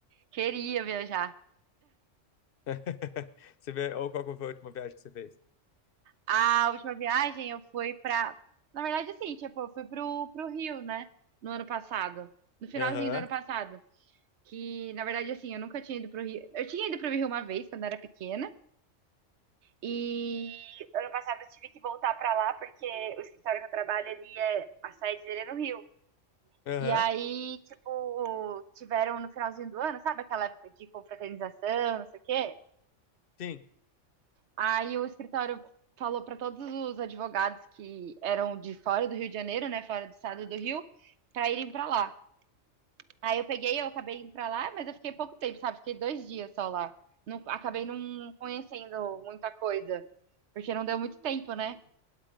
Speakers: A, on the right (about 65°); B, on the left (about 55°).
A: Queria viajar.
B: <laughs> Você vê, ou qual que foi a última viagem que você fez?
A: A última viagem eu fui pra. Na verdade, assim, tipo, eu fui pro, pro Rio, né? No ano passado. No finalzinho
B: Aham,
A: do ano passado. Que, na verdade, assim, eu nunca tinha ido pro Rio. Eu tinha ido pro Rio uma vez, quando eu era pequena. E ano passado eu tive que voltar pra lá, porque o escritório que eu trabalho, ele é. A sede dele é no Rio.
B: aham.
A: E aí, tipo, tiveram no finalzinho do ano, sabe aquela época de confraternização, não sei o quê?
B: Sim,
A: Aí o escritório falou para todos os advogados que eram de fora do Rio de Janeiro, né, fora do estado do Rio, para irem para lá. Aí eu peguei, eu acabei indo para lá, mas eu fiquei pouco tempo, sabe? Fiquei dois dias só lá. Não, acabei não conhecendo muita coisa, porque não deu muito tempo, né?